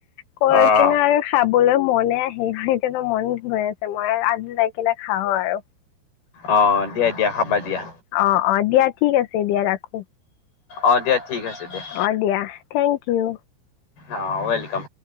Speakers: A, on the left; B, on the left.
A: কৈ
B: অ'।
A: কিনে আৰু খাপ বলে মনে নাই সেইকাৰণে মন গৈ আছে মই আজি যাইকিনে খাওঁ আৰু
B: অ দিয়া দিয়া খাবা দিয়া।
A: অ অ দিয়া ঠিক আছে দিয়া ৰাখো।
B: অ দিয়া ঠিক আছে দিয়া
A: অ দিয়া থিংক কিউ
B: অ ৱেলকাম